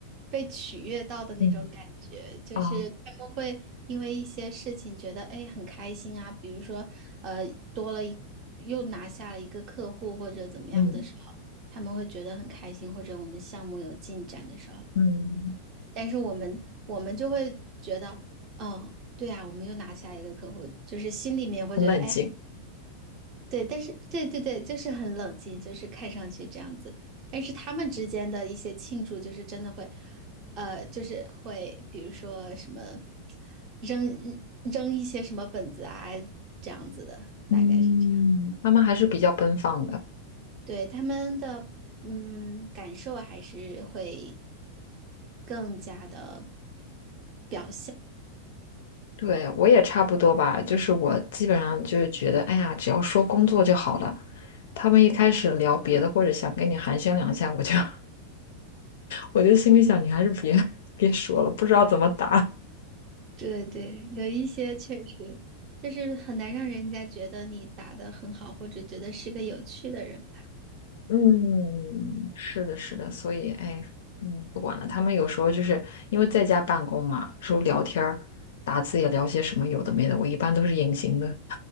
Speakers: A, on the right; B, on the left.
A: 被取悦到的那种感觉，
B: <laughs> 嗯
A: 就是他们会因为一些事情觉得哎很开心啊，
B: 啊，
A: 比如说呃多了一又拿下了一个客户或者怎么样的时候，
B: 嗯
A: 他们会觉得很开心，或者我们项目有进展的时候，
B: 嗯，
A: 但是我们我们就会觉得，嗯，对啊，我们又拿下一个客户，就是心里面会觉得哎。
B: 很冷静。
A: 对，但是对对对，就是很冷静，就是看上去这样子。但是他们之间的一些庆祝，就是真的会，呃，就是会，比如说什么扔扔一些什么本子啊，这样子的，大概是这样。
B: 嗯，妈妈还是比较奔放的。
A: 对，他们的嗯感受还是会更加的，表。
B: 对，我也差不多吧，就是我基本上就是觉得，哎呀，只要说工作就好了。他们一开始聊别的，或者想跟你寒暄两下，我就 <laughs> 我就心里想，你还是别 <laughs> 别说了，不知道怎么答。
A: 对对，有一些确实就是很难让人家觉得你打得很好，或者觉得是个有趣的人吧。
B: 嗯，是的，是的，所以哎，嗯，不管了。他们有时候就是因为在家办公嘛，说聊天儿、打字也聊些什么有的没的，我一般都是隐形的，